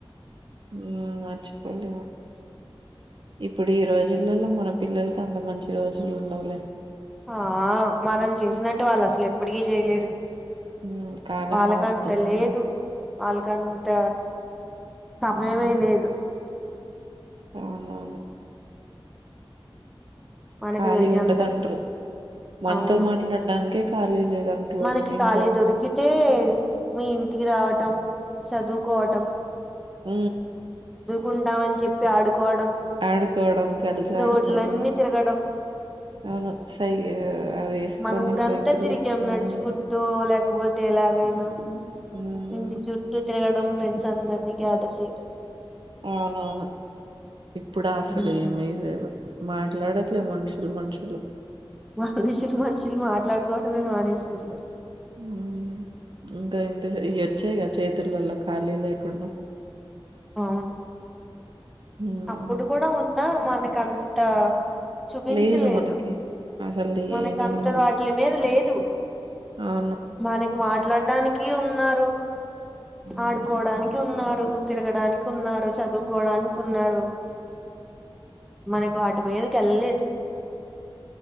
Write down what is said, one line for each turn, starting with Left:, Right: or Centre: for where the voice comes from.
Right: హు మచ్చిపోలెం ఇప్పుడు ఈ రోజులలో మన పిల్లలలకు అంత మంచి రోజులు ఉండవ్లే
Centre: ఆ మనం చేసినట్టే వాళ్ళు అసలు ఎప్పటికి చేయలేరు
Right: హ్మ్ కాలం
Centre: వాళ్ళకి
Right: మారుతుంది
Centre: అంత లేదు కంత సమయమే
Right: హ్మ్
Centre: లేదు
Right: అవునవును
Centre: మనకి
Right: ఖాళీ
Centre: దొరికినంత
Right: ఉండదంటరు మనతో
Centre: అవును
Right: మాట్లాడడానికే ఖాళీ లేదంట్రు
Centre: మనకి ఖాలీ
Right: ఇంకా
Centre: దొరికితే మీ ఇంటికి రావటం చదువుకోవటం
Right: హు
Centre: కుందం అని చెప్పి ఆడుకోవడం
Right: ఆడుకోవడం కల్సి
Centre: రోడ్లన్నీ
Right: ఆడుకోడం
Centre: తిరగడం
Right: అవును సై వేసుకొని
Centre: మనం ఊరంతా
Right: సైకిల్
Centre: తిరిగాం
Right: మ్మ్
Centre: నడుచుకుంటో లేకపోతే ఎలాగైనా
Right: మ్మ్
Centre: ఇ
Right: మ్మ్
Centre: ఇంటి చుట్టూ తిరగడం ఫ్రెండ్స్ అందరిని గ్యాదర్ చేయడం
Right: అవునవును ఇప్పుడు అసలు
Centre: ఉమ్
Right: ఏమిలేదు మాట్లాడట్లేదు మనుషులు మనుషులు
Centre: మనుషులు మనుషులు మాట్లాడుకోవడంమే మానేసరు లే
Right: హు ఇంకా ఇంత ఇ వచ్చాయిక చేతులలో ఖాళీ లేకుండా
Centre: అవును
Right: మ్మ్
Centre: అప్పుడు కూడా ఉన్నా మనకు అంత చూపించలేదు
Right: లేదు మనకి అసలు లేనే
Centre: మనక అంత
Right: లేదు
Centre: అట్లీ మీద లేదు
Right: అవును
Centre: మనకి మాట్లాడడానికి ఉన్నారు
Right: ఉమ్,
Centre: ఆడుకోవడానికి ఉన్నారు నువ్వు తిరగడానికి ఉన్నారు చదువుకోవడానికి కున్నారు మనకి వాటి మీదకి వెళ్ళలేదు